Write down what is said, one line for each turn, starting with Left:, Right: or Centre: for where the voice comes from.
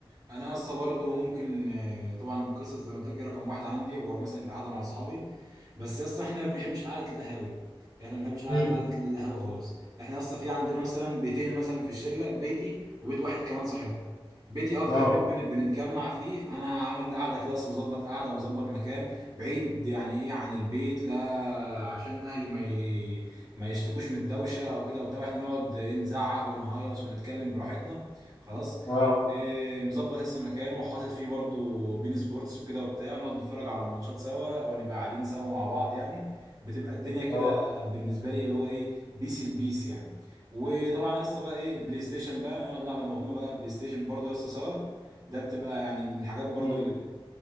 Right: انا لسه برضه ممكن آه، طبعا القصص زي ما قلت لك إيه رقم واحد عندي هو مثلا القعده مع اصحابي بس لسه احنا ما بنحبش قعده القهاوي احنا ما بنحبش قعده
Left: امم
Right: قعده القهاوي خالص احنا لسه في عندنا مثلا بيتين مثلا في الشله بيتي وبيت واحد كمان صاحبي بيتي اكتر
Left: اه
Right: بيت بن- بنتجمع فيه انا عامل قاعده كده اصلا مظبط قاعده ومظبط مكان بعيد يعني ايه عن البيت لا عشان اهلي ما ي... ما يشتكوش من الدوشه او كده وبتاع احنا نقعد إيه، نزعق ونهيص ونتكلم براحتنا خلاص
Left: اه
Right: إيه، مظبط لسه مكان وحاطط فيه برضو بين سبورتس وكده وبتاع نقعد نتفرج على الماتشات سوا او نبقى قاعدين سوا مع بعض يعني بتبقى الدنيا كده
Left: اه
Right: بالنسبه لي اللي هو ايه بيس البيس يعني وطبعا يا اسطى بقى ايه البلاي ستيشن بقى نقعد نلعب انا وهم بقى بلاي ستيشن برضو يا اسطى سوا ده بتبقى يعني من الحاجات برضو
Left: مم.
Right: اللي بت